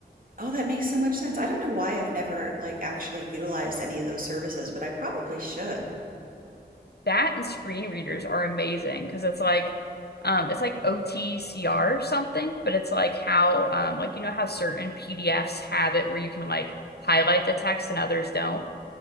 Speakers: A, on the right; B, on the left.
A: Oh, that makes so much sense. I don't know why I've never like actually utilized any of those services, but I probably should.
B: that and screen readers are amazing because it's like um it's like OTCR or something, but it's like how um like you know how certain PDFs have it where you can like highlight the text and others don't.